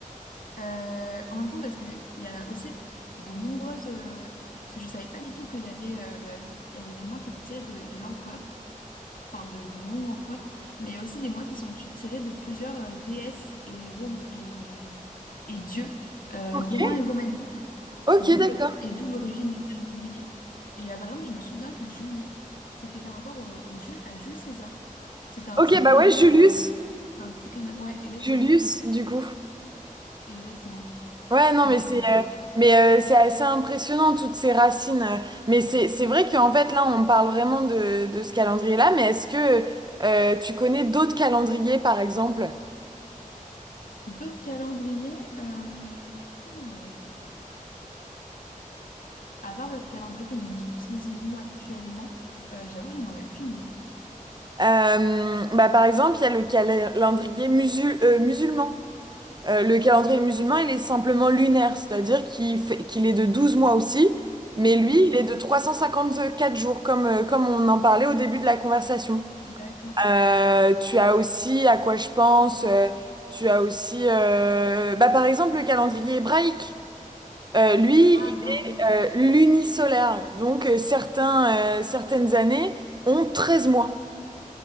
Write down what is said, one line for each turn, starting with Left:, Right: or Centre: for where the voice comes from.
Left: euh, en fin de compte, parce qu'il y a aussi de nombreuses. euh, parce que je savais pas du tout qu'il y avait, euh, il y avait des mois qui étaient tirés de, de l'empereur enfin de, de noms d'empereurs, mais aussi des mois qui sont tu- tirés de plusieurs euh, déesses et, rom- et, hum, et dieux euh,
Right: Ok,
Left: romains et romaines,
Right: Ok,
Left: d'où
Right: d'accord.
Left: le- et d'où l'origine du calendrier. Et euh, par exemple, je me souviens que juillet, c'était par rapport euh, au Jules, à Jules César. C'était un
Right: Ok,
Left: petit clin
Right: bah ouais,
Left: d'œil.
Right: Julius.
Left: euh, un petit clin d'œil. Ouais, exactement.
Right: Julius, du coup.
Left: Exactement.
Right: Ouais, non,
Left: Donc,
Right: mais c'est
Left: euh,
Right: euh, mais euh, c'est assez impressionnant toutes ces racines. euh. Mais c'est c'est vrai qu'en fait là, on parle vraiment de de ce calendrier-là. Mais est-ce que euh, tu connais d'autres calendriers, par exemple?
Left: d'autres calendriers, euh, hmm, à part le calendrier que nous utilisons nous actuellement, euh, j'avoue que je n'en ai aucune idée.
Right: Euh, bah, par exemple, il y a le calendrier musul- euh, musulman. Euh, le calendrier musulman, il est simplement lunaire, c'est-à-dire qu'il fait, qu'il est de 12 mois aussi, mais lui,
Left: Mhm.
Right: il est de 354 jours, comme, euh, comme on en parlait au début de la conversation.
Left: D'accord.
Right: Euh, tu as aussi à quoi je pense. euh, tu as aussi, euh, bah, par exemple, le calendrier hébraïque. Euh, lui,
Left: Bien
Right: il est
Left: vu.
Right: euh, lunisolaire. Donc, euh, certains, euh, certaines années ont 13 mois.